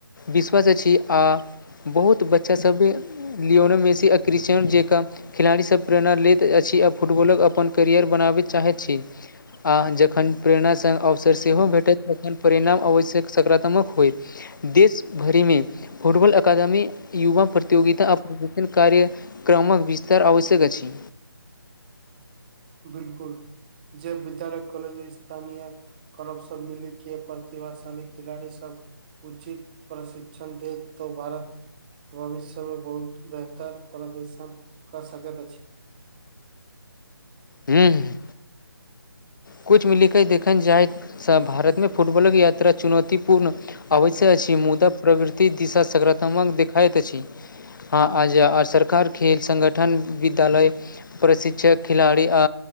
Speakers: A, on the left (about 55°); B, on the right (about 25°).
A: विश्वास अछि आ बहुत बच्चासभे लियोनो मेसी अआ क्रिशटेनो जेँका खिलाड़ीसभ प्रेरणा लैत अछि आ फुटबॉलक अपन कैरियर बनाबैत चाहैत छी आ ज तखन प्रेरणास संग अवसर सेहो भेटत तखन परिणाम आवश्यक सकारात्मक होइ देश भरिमे फुटबॉल अकादमी युवा प्रतियोगिता आ प्रशिक्षण कार्य क्रमंक विस्तार आवश्यक अछि
B: बिलकुल जे विद्यालय कॉलज स्थानीय करब सभ मिलीके प्रतिभाशाली खिलाड़ी सभ उचित प्रशिक्षण देत तऽ भारत भविष्य में बहुत बेहतर पदर्शन कऽ सकेत अछि
A: हूँ कुछ मिल के देखल जाय भारत में फुटबॉलक यात्रा चुनौतीपूर्ण अवश्य अछि मुद्दा प्रवृति दिशा सकारात्मक देखाइत अछि ह आ जा आ सरकार खेल संगठन विद्यालय प्रशिक्षक खिलाड़ी आ